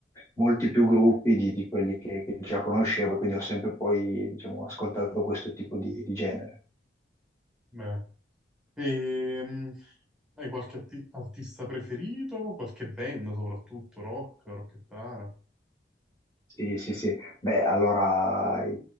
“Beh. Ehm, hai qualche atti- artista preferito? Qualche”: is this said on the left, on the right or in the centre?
Centre